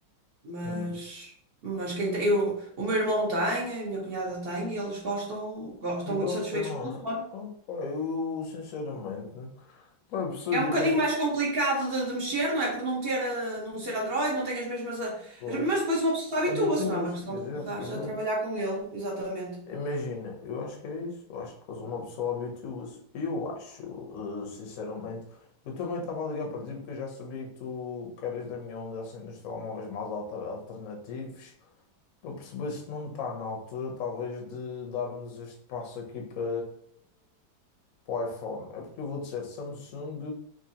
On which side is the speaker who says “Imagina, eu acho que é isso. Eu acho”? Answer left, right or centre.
Left